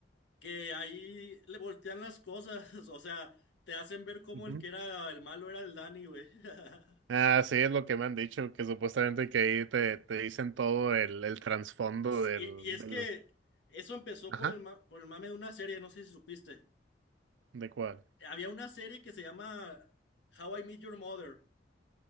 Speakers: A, on the left (about 75°); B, on the right (about 80°).
A: que ahí le voltean las cosas. <laughs> O sea, te hacen ver cómo
B: Ujú.
A: el que era el malo era el Danny, güey. <laughs>
B: Ah, sí, es lo que me han dicho, que supuestamente que ahí te, te dicen todo el, el trasfondo del,
A: Y, y es
B: del,
A: que eso empezó
B: ajá,
A: por el, ma- por el mame de una serie, no sé si supiste.
B: ¿de cuál?
A: Había una serie que se llama How I Met Your Mother.